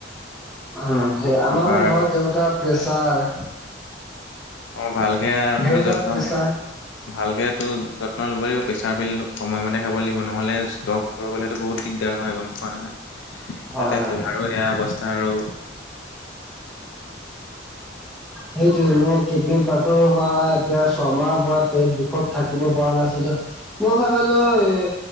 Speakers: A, in the centre; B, on the left (about 75°).
A: উম, সেই
B: কি ক'বা
A: আমাৰো ঘৰত
B: আৰু।
A: দেউতা প্ৰেচাৰ।
B: অ', ভালকে তুমি
A: দেউতাৰ
B: যত্ন
A: প্ৰেছাৰ
B: ভালকেটো যত্ন ল'ব লাগিব, প্ৰেছাৰ পিল সময়মতে খাব লাগিব নহ'লে লগ কৰিবলেটো বহুত দিগদাৰ হয় গম পোৱা নহয়,
A: হয়
B: তাতে
A: হয়।
B: তোমাৰো সেয়া অৱস্থা আৰু।
A: সেইটোয়ে মোৰ কিডনী পাথৰ হোৱা এতিয়া ছমাহৰ পৰা পেট বিষত থাকিব পৰা নাছিলোঁ। মই ভাবিলো এই